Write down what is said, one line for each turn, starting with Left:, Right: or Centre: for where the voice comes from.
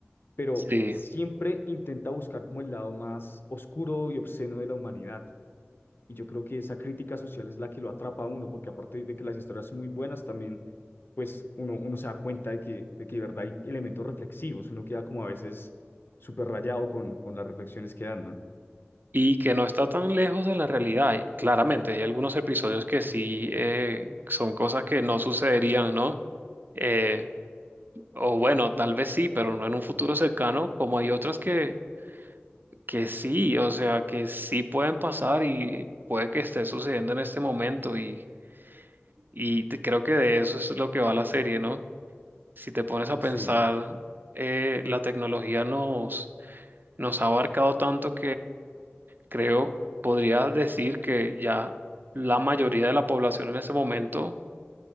Left: pero
Right: sí.
Left: siempre intenta buscar como el lado más oscuro y obsceno de la humanidad. Y yo creo que esa crítica social es la que lo atrapa a uno, porque aparte de que las historias son muy buenas, también pues uno, uno se da cuenta de que, de que de verdad hay elementos reflexivos, uno queda como a veces súper rayado con, con las reflexiones que dan, ¿no?
Right: y que no está tan lejos de la realidad. Y Claramente, hay algunos episodios que sí eh, son cosas que no sucederían, ¿no? Eh, o bueno, tal vez sí, pero no en un futuro cercano, como hay otras que, que sí, o sea, que sí pueden pasar y puede que esté sucediendo en este momento y, y de- creo que de eso es lo que va la serie, ¿no? Si te pones a
Left: Sí,
Right: pensar, eh, la tecnología nos, nos ha abarcado tanto creo, podría decir que ya la mayoría de la población en ese momento